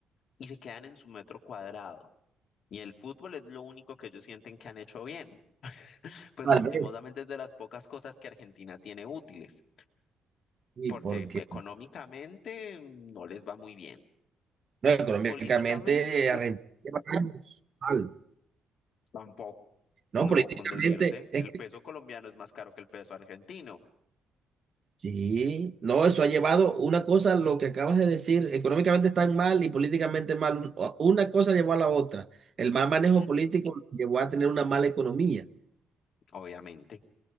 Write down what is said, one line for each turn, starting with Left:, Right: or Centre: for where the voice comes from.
Left: y se quedan en su metro cuadrado. Y el fútbol es lo único que ellos sienten que han hecho bien. <laughs> Pues
Right: Tal
Left: lastimosamente
Right: vez
Left: es de las pocas cosas que Argentina tiene útiles,
Right: sí,
Left: porque
Right: porque...
Left: económicamente no les va muy bien.
Right: No, económicamente
Left: Políticamente
Right: Argentina lleva años mal,
Left: tampoco.
Right: ¿no?
Left: No,
Right: Políticamente
Left: con decirte,
Right: es
Left: el
Right: que
Left: peso colombiano es más caro que el peso argentino,
Right: sí, no, eso ha llevado una cosa, lo que acabas de decir, económicamente están mal y políticamente mal, un- o- una cosa llevó a la otra. El mal manejo
Left: Ujú.
Right: político llevó a tener una mala economía.
Left: obviamente.